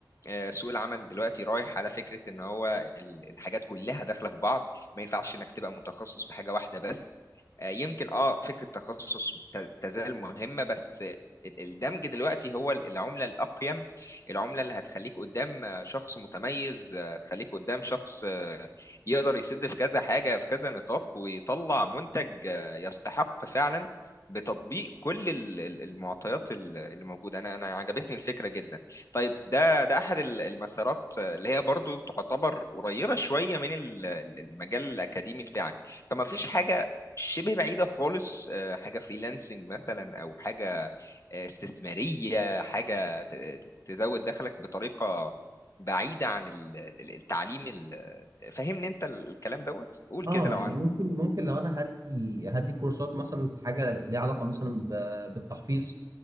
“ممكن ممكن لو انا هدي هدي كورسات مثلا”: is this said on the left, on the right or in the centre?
Right